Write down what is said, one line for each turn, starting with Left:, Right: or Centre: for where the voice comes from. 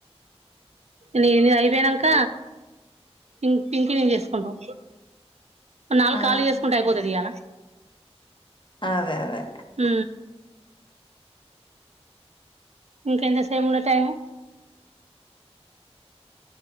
Right: నీ నీ అయిపోనాక పిం పింకి నేను చేస్తా హలో నాలుగు
Left: ఆ
Right: కాళ్ళ చేసుకుంటే అయిపోతుది ఇయ్యాల
Left: అదే అదే
Right: హ ఇంకా ఎంత సేపు ఉన్నది టైమ్